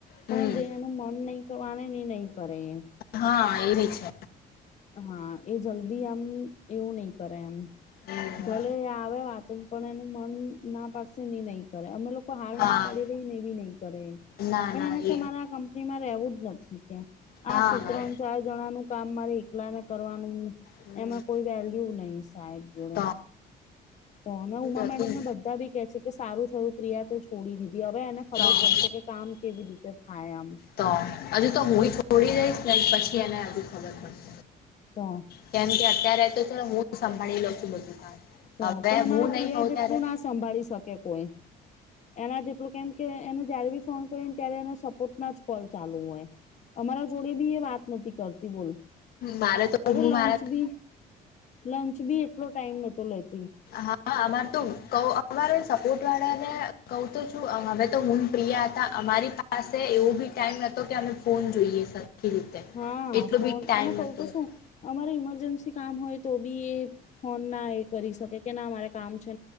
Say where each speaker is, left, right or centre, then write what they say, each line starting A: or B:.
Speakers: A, on the left; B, on the left.
A: પણ
B: હમ
A: જે એનું મન નહી પ્રમાણે એ નહી કરે એમ
B: હા એવી છે
A: હા એ જલ્દી આમ એવું નહી કરે એમ
B: હમ
A: ભલે આવે વાત પણ એનું મન ના પાડશે એ નહી કરે અમે લો હાલ
B: હા
A: ના પાડી દેયીને એ બ નહી કરે એ
B: ના
A: પણ
B: ના
A: એના કે
B: એ
A: મારે કંપનીમાં રહેેવું જ નથી કે
B: હા
A: આ સુુંત્રણ ચાર જણા નું કામ મારી એકલાને કરવાનું
B: હમ
A: એમાં કોઈ વેલ્યુ નહી સાહેબ જોડે
B: તો
A: તો હમે ઉમા
B: એવું
A: મેડમને
B: જ હતું
A: બધા બી કે છે કે સારું થયું પ્રિયા તો છો છોડી દીધી હવે એને ખબર
B: ને
A: પડશે કે કામ કેવી રીતે થાય આમ
B: તો હજુ તો હુંય છોડી દઈશ ને પછી એને હજુ ખબર પડશે
A: તો
B: કેમ કે અત્યારે તો ચલો હું સંભાળી લોઉ છું બધું કામ
A: તો
B: હવે
A: પણ અમારા
B: હું નહીં
A: પ્રિયા
B: હોઉં
A: જેટલું
B: ત્યારે
A: ના સંભાળી શકે કોઈ એના જેટલું કેમ કે એને જયારે બી ફોન કરી ને ત્યારે એને સપોર્ટના જ કોલ ચાલુ હોય અમારા જોડે બી એ વાત નથી કરતી બોલ
B: મારે તો
A: અરે
B: હું
A: લંચ
B: મારા
A: બી લંચ બી એટલો ટાઈમ નતો લેતો
B: હા અમારે તું ક અમા સપોર્ટ વાળા ને કહુ તો છું હવે તો હું પ્રય હતા અમારી પાસે એવું બી ટાઈમ કે ફોન જોઈએ <unintelligible>
A: હા
B: એટલો
A: ફોન
B: બી ટાઈમ
A: અને કઉ
B: નહોતો
A: તો
B: હતો
A: શું અમારી ઇમરજન્સી કામ હોય તો બી એ ફોન ના એ કરી શકે કે ના મારે કામ છે